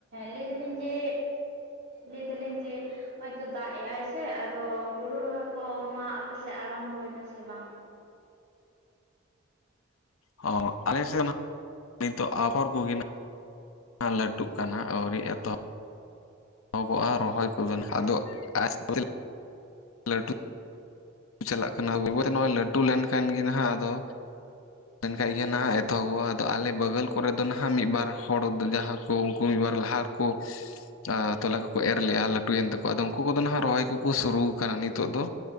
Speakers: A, on the right; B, on the left.
A: ᱞᱟᱹᱭ ᱫᱟ ᱞᱤᱧ ᱡᱮ ᱞᱟᱹᱭ ᱫᱟ ᱞᱤᱧ ᱡᱮ ᱦᱚᱭ ᱛᱚ ᱫᱟᱜ ᱮᱜᱟᱭ ᱥᱮ ᱟᱫᱚ ᱦᱳᱲᱳ ᱨᱚᱦᱚᱭ ᱠᱚ ᱢᱟ ᱟᱯᱮ ᱥᱮᱫ ᱟᱨᱟᱢ ᱵᱚᱭ ᱱᱟ ᱥᱮ ᱵᱟᱝ?
B: ᱚ ᱟᱞᱮ ᱥᱮᱫ ᱢᱟ ᱱᱤᱛ ᱦᱚ ᱟᱯᱷᱚᱨ ᱠᱚ ᱦᱩᱭ ᱱᱟ ᱾ ᱞᱟᱹᱴᱩᱜ ᱠᱟᱱᱟ ᱟᱹᱣᱨᱤ ᱮᱛᱚ ᱮᱦᱚᱵᱚᱜᱼᱟ ᱨᱚᱦᱚᱭ ᱠᱚ ᱱᱟᱜ ᱟᱫᱚ <unintelligible> <unintelligible> ᱪᱟᱞᱟᱜ ᱠᱟᱱᱟ ᱵᱟᱹᱭ ᱵᱟᱹᱭ ᱛᱮ ᱞᱟᱹᱴᱩ ᱞᱮᱱ ᱠᱷᱟᱱ ᱜᱮ ᱱᱟᱦᱟᱜ ᱟᱫᱚ
A: <inaudible>
B: ᱞᱮᱱ ᱠᱷᱟᱡ ᱜᱮ ᱱᱟᱦᱟᱜ ᱮᱛᱚᱦᱚᱵ ᱚᱜᱼᱟ᱾ ᱟᱫᱚ ᱟᱞᱮ ᱵᱟᱹᱜᱟᱞ ᱠᱚᱨᱮ ᱫᱚ ᱱᱟᱦᱟᱜ ᱢᱤᱫ ᱵᱟᱨ ᱦᱚᱲ ᱡᱟᱦᱟ ᱠᱚ ᱩᱱᱠᱩ ᱢᱤᱫ ᱵᱟᱨ ᱞᱟᱦᱟ <unintelligible> ᱛᱚᱞᱟ ᱠᱚ ᱠᱚ ᱮᱨ ᱞᱮᱫᱼᱟ᱾ ᱞᱟᱹᱴᱩ ᱭᱮᱱ ᱛᱟᱠᱚ ᱟᱫᱚ ᱩᱱᱠᱩ ᱠᱚ ᱫᱚ ᱱᱟᱦᱟᱜ ᱨᱚᱦᱚᱭ ᱠᱚ ᱠᱚ ᱥᱩᱨᱩ ᱟᱠᱟᱱᱟ ᱱᱤᱛᱚᱜ ᱫᱚ